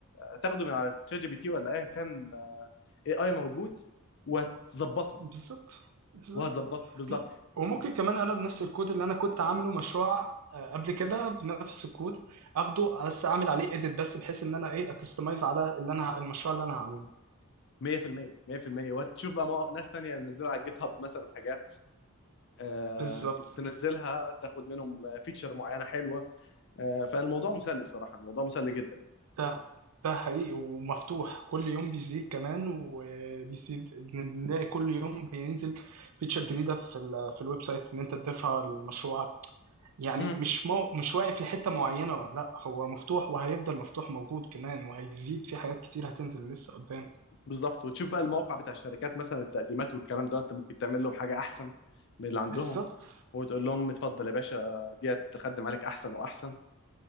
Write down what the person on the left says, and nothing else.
هتاخده من على تشات جي بي تي ولا ايا كان اي اي موجود وهتظبطه
وهتظبطه بالظبط
100% 100% وهتشوف بقى مواقع- ناس تانية منزله على جيت هاب مثلا حاجات آه،
تنزلها تاخد منهم فيتشر معينه حلوه آه، فالموضوع مسلي صراحه الموضوع مسلي جدا يعني
مم،
بالظبط وتشوف بقى المواقع بتاع الشركات مثلا التقديمات والكلام ده انت ممكن تعمل لهم حاجه احسن من اللي عندهم
وتقول لهم اتفضل يا باشا ديت تخدم عليك احسن واحسن